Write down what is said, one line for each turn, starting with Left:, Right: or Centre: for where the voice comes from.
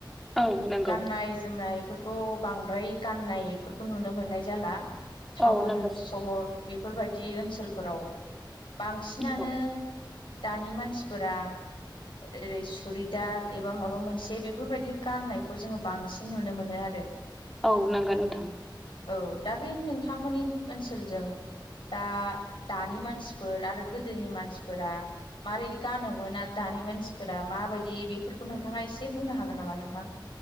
Centre: औ नंगौ
Left: गाननाय जोमनाय बेफोरखौ बांद्राय गाननायफोरखौ नुनो मोननाय जाला टाउन
Centre: औ नंगौ
Left: सहर बेफोरबायदि ओनसोलफोराव बांसिनानो
Centre: नंगौ
Left: दानि मानसिफोरा ओरै सुरिदार एबा माबा मोनसे बेफोरबायदि गाननायखौ जोंङो बांसिन नुनो मोनो आरो
Centre: औ नोंगोन नोंथां
Left: औ दा बे नोंथांमोननि ओनसोलजों दा दानि मानसिफोर आरो गोदोनि मानसिफोरा मारै गानोमोन आरो दानि मानसिफोरा माबायदि बेफोरखौ नोंथांङा एसे बुंनो हागोन नामा नोंथां